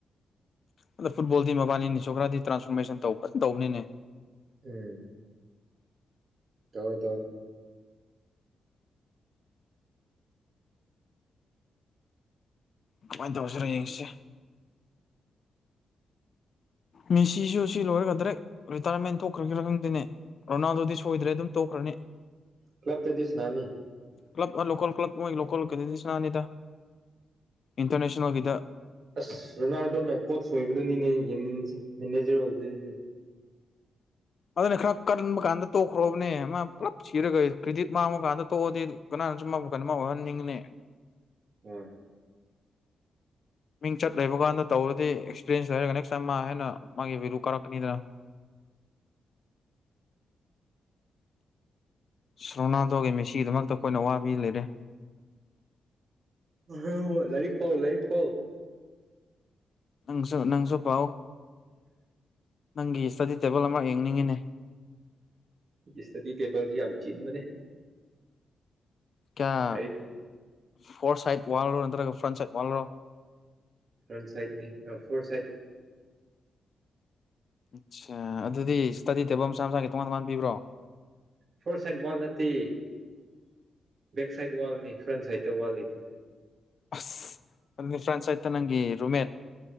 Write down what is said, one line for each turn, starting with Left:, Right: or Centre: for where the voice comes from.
Left: ꯑꯗꯣ ꯐꯨꯠꯕꯣꯜꯗꯤ ꯃꯕꯥꯅꯤꯅꯤꯁꯨ ꯈꯔꯗꯤ ꯇ꯭ꯔꯥꯟꯁꯐꯣꯔꯃꯦꯁꯟ ꯇꯧ ꯐꯖꯅ ꯇꯧꯕꯅꯤꯅꯦ
Right: ꯎꯝ ꯇꯧꯋꯦ ꯇꯧꯋꯦ
Left: ꯀꯃꯥꯏꯅ ꯇꯧꯁꯤꯔ ꯌꯦꯡꯁꯦ ꯃꯤꯁꯤꯁꯨ ꯁꯤ ꯂꯣꯏꯔꯒ ꯗ꯭ꯔꯦꯛ ꯔꯤꯇꯥꯔꯃꯦꯟ ꯊꯣꯛꯈ꯭ꯔꯒꯦꯔꯥ ꯈꯪꯗꯦꯅꯦ ꯔꯣꯅꯥꯜꯗꯣꯗꯤ ꯁꯣꯏꯗ꯭ꯔꯦ ꯑꯗꯨꯝ ꯇꯣꯛꯈ꯭ꯔꯅꯤ
Right: ꯀ꯭ꯂꯕꯇꯗꯤ ꯁꯟꯅꯅꯤ
Left: ꯀ꯭ꯂꯕ ꯂꯣꯀꯜ ꯀ꯭ꯂꯕ ꯃꯣꯏꯒꯤ ꯂꯣꯀꯜꯒꯗꯗꯤ ꯁꯅꯥꯅꯤꯗ ꯏꯟꯇꯔꯅꯦꯁꯅꯦꯜꯒꯤꯗ
Right: ꯑꯁ ꯔꯣꯅꯥꯜꯗꯣꯅ ꯀꯣꯠ ꯁꯣꯏꯕꯗꯨꯅꯤꯅꯦ ꯌꯦꯡꯅꯤꯡꯕ ꯃꯦꯅꯦꯖꯔ ꯑꯣꯏꯗꯣꯔꯤꯖꯦ
Left: ꯑꯗꯨꯅ ꯈꯔ ꯀꯟꯕ ꯀꯥꯟꯗ ꯇꯣꯛꯈ꯭ꯔꯣꯕꯅꯦ ꯃꯥ ꯄꯨꯂꯞ ꯁꯤꯔꯒ ꯀ꯭ꯔꯤꯗꯤꯠ ꯃꯥꯡꯕ ꯀꯥꯟꯗ ꯇꯣꯛꯑꯗꯤ ꯀꯅꯥꯅ ꯆꯨꯝꯕ ꯃꯈꯟ ꯑꯃ ꯑꯣꯏꯍꯟꯅꯤꯡꯉꯅꯦ
Right: ꯍꯣꯏ
Left: ꯃꯤꯡ ꯆꯠ ꯂꯩꯕ ꯀꯥꯟꯗ ꯇꯧꯔꯗꯤ ꯑꯦꯛꯁꯄꯤꯔꯤꯔꯦꯟꯁ ꯂꯩꯔꯒ ꯅꯦꯛꯁ ꯇꯥꯏꯝ ꯃꯥ ꯍꯥꯟꯅ ꯃꯥꯒꯤ ꯚꯦꯂꯨ ꯀꯥꯔꯛꯀꯅꯤꯗꯅ ꯁ ꯔꯣꯅꯥꯜꯗꯣꯒꯤ ꯃꯦꯁꯤꯒꯤꯗꯃꯛꯇ ꯑꯩꯈꯣꯏꯅ ꯑ ꯋꯥꯕꯤ ꯂꯩꯔꯦ
Right: ꯍ ꯂꯥꯏꯔꯤꯛ ꯄꯥꯎ ꯂꯔꯤꯛ ꯄꯥꯎ
Left: ꯅꯪꯁꯨ ꯅꯪꯁꯨ ꯄꯥꯎ ꯅꯪꯒꯤ ꯏꯁꯇꯗꯤ ꯇꯦꯕꯜ ꯑꯃ ꯌꯦꯡ <inaudible>
Right: ꯁꯇꯗꯤ ꯇꯦꯕꯜꯁꯤ ꯌꯥꯝ ꯆꯤꯟꯕꯅꯦ
Left: ꯀꯌꯥ
Right: ꯂꯥꯏꯔꯤꯛ
Left: ꯐꯣꯔ ꯁꯥꯏꯠ ꯋꯥꯜꯔꯣ ꯅꯠꯇ꯭ꯔꯒ ꯐ꯭ꯔꯟ ꯁꯥꯏꯠ ꯋꯥꯜꯂꯣ
Right: ꯐ꯭ꯔꯟ ꯁꯥꯏꯠꯅꯤ ꯑ ꯐꯣꯔ ꯁꯥꯏꯠ
Left: ꯑꯠꯁꯥ ꯑꯗꯨꯗꯤ ꯏꯁꯇꯗꯤ ꯇꯦꯕꯜ ꯃꯁꯥ ꯃꯁꯥꯒꯤ ꯇꯣꯉꯥꯟ ꯇꯣꯉꯥꯟ ꯄꯤꯕ꯭ꯔꯣ
Right: ꯐꯣꯔ ꯁꯥꯏꯠ ꯋꯥꯜ ꯅꯠꯇꯦ ꯕꯦꯛ ꯁꯥꯏꯠ ꯋꯥꯜ ꯅꯦ ꯐ꯭ꯔꯟ ꯁꯥꯏꯗ ꯇ ꯋꯥꯜ ꯂꯩꯇꯦ
Left: ꯑꯁ ꯑꯗꯨꯗꯤ ꯐ꯭ꯔꯦꯟꯠ ꯁꯥꯏꯗ ꯇ ꯅꯪꯒꯤ ꯔꯨꯃꯦꯠ